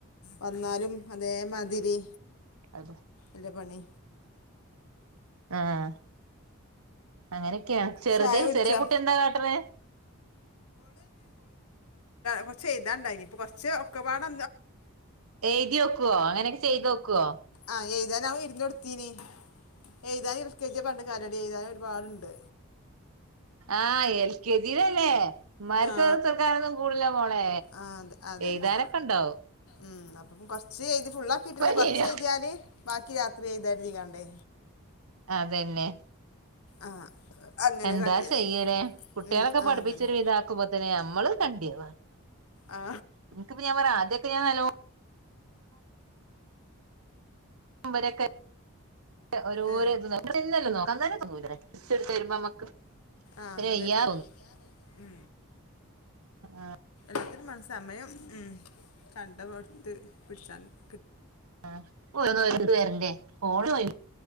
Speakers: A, on the left; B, on the right.
A: വന്നാലും അതേമാതിരി
B: അ
A: അല്ലേ പണി
B: ആഹ അങ്ങനെ െയ ചെറുതെ
A: ചായ പിടിച്ചോ
B: ചെറിയ കുട്ടി എന്താ കാട്ടണെ
A: കൊറച്ച് ചെയ്താണ്ടായിനി ഇപ്പൊ കൊറച്ച് ഒക്കപാട്
B: എഴുതി വോക്കുവോ അങ്ങനൊക്കെ ചെയ്ത് നോക്കുവോ
A: ആഹ എഴുതാാന അവൻ ഇരുന്ന് കൊടുത്തീനി എഴുതൻ ഇ കജ പണ്ട് കലടി ചെയ്താും ഒരുപാടുണ്ട്
B: ആഹ് എൽ കെ ജയിലല്ലേമാർക്ക്ത്തക്കാരൊന്നും
A: ആ
B: കൂടല മോളെ
A: ആ അത് അതന്നെ
B: എഴ്ുതാനൊക്കെ ഉണ്ടാവ
A: ഉം അപ്പം കൊറച്ച് എഴുതി ഫുുള്ള ആാക്കിയിട്ടില്ല കൊറച്ച്
B: ശരിയാ
A: എഴുതിയല് ബാക്കി രാത്രി എഴുതായിീക്കണ്ടേ
B: അതന്നെ
A: ആ അങ്ങനെ
B: എന്താ
A: കാട്ടിയത്
B: ചെയ്യലേ കുട്ടികളൊക്കെ
A: ഉം, ആ
B: പഠിപ്പിച്ചൊരു
A: അതന്നെ
B: ഇത ആാക്കുമ്പോത്തന്നെ നമ്മള് കണ്ടിയ
A: ആ
B: നിനക്ക്ിപ്പ ഞാൻ പറ ആദ്യൊക്കെ ഞാൻ നല്ലോ രൊക്കെ ഓരോരോ
A: ഏ,
B: ഇ ന ന്നല്ല നോ അം തന്ന ഇ എടുത്ത് തരുമ്പോ നമ്മക്ക്
A: ആഹ
B: പിന്നെ
A: അതന്നെ
B: വയ്യാ
A: ഉ
B: ആഹ
A: ഇത്തി സമയം ഉ കണ്ടപടുത്ത് പിടിച്ചാണ്ട്
B: ആ ന്നത് പേരന്റെറെ ഫോണ് പോയി